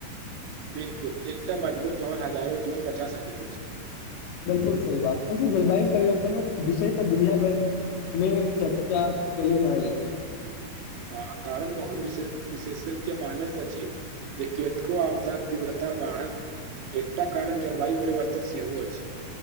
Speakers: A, on the right; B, on the left.
A: बिलकुल एकटा मजबूत भवन हजारो जीवन बचा सकैत अछि
B: बिलकुल सही बात वैसे जलवायु परिवर्तनक विषय पर दुनिया भर मे चर्चा चलि रहलै
A: हँ कारण बहुत विशेष विशेषक्य मानैत अछि जे कतको आबदाक तीव्रता बढ़क एकटा कारण जलवायु परिवर्तन सेहो अछि